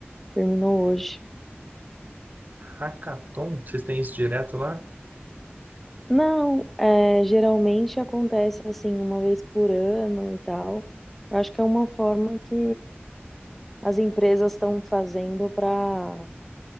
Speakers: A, in the centre; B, on the right.
A: Terminou hoje.
B: Hackathon? Vocês têm isso direto lá?
A: Não, é, geralmente acontece assim, uma vez por ano e tal. Eu acho que é uma forma que as empresas estão fazendo para